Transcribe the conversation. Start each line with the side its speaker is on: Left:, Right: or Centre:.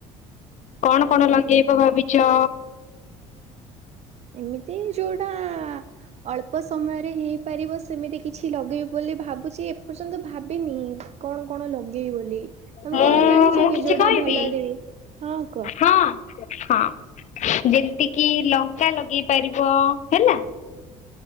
Left: କଣ କଣ ଲଗେଇବ ଭାବିଛ।
Right: ଏମିତି ଯୋଉଟା ଅଳ୍ପ ସମୟରେ ହେଇପାରିବ ସେମିତି କିଛି ଲଗେଇ ବୋଲି ଭାବୁଛି ଏପର୍ଯ୍ୟନ୍ତ ଭାବିନି। କଣ କଣ ଲଗେଇବି ବୋଲି, ତମେ
Left: ମୁଁ
Right: କଣ ଜାଣିଛ
Left: ମୁଁ
Right: କି
Left: କିଛି
Right: ଯୋଉଟା
Left: କହିବି?
Right: ଭଲରେ। ହଁ କୁହ।
Left: ହଁ ହଁ ଯେମିତି କିି ଲଙ୍କା ଲଗେଇ ପାରିବ ହେଲା।